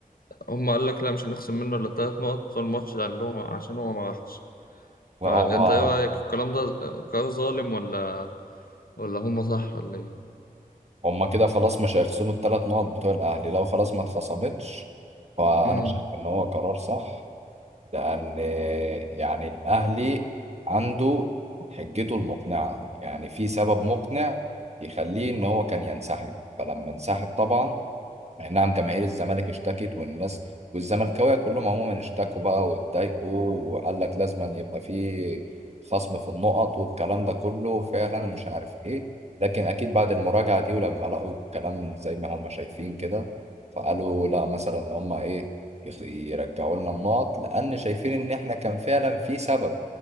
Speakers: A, on the left; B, on the right.
A: هم قال لك لا مش هنخصم منه الا التلات نقط بتوع الماتش اللي هم عشان هو ما راحش
B: لا
A: فانت
B: هو
A: ايه رايك الكلام ده قرار ظالم ولا ولا هم صح ولا ايه
B: هما كده خلاص مش هيخصموا الثلاث نقط بتوع الأهلي لو خلاص ما اتخصمتش فأنا
A: امم
B: شايف إن هو قرار صح لأن يعني الأهلي عنده حجته المقنعة يعني في سبب مقنع يخليه إن هو كان ينسحب فلما انسحب طبعا يعني نعم جماهير الزمالك اشتكت والناس والزملكاويه كلهم عموما اشتكوا بقى واتضايقوا وقال لك لازم أن يبقى في خصم في النقط والكلام ده كله فعلا ومش عارف ايه لكن اكيد بعد المراجعه دي ولما لقوا الكلام زي ما هم شايفين كده فقالوا لا مثلا ان هم ايه يخ- يرجعوا لنا النقط لان شايفين ان احنا كان فعلا في سبب